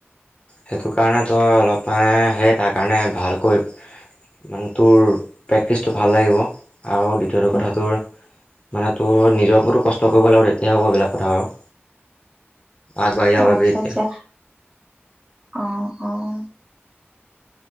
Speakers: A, on the left; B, on the right.
A: সেইটো কাৰণে, তই অলপ সেই তাৰ কাৰণে ভালকৈ মানে তোৰ, প্ৰেক্টিচটো ভাল লাগিব আৰু দ্বিতীয়টো
B: উম
A: কথা তোৰ মানে, তোৰ নিজৰ ওপৰতো কষ্ট কৰিব লাগিব। তেতিয়া হ'ব এইবিলাক কথা বাৰু। আগবাঢ়ি যাব
B: আচ্ছা
A: পাৰবি এতিয়া।
B: আচ্ছা অ'! অ'!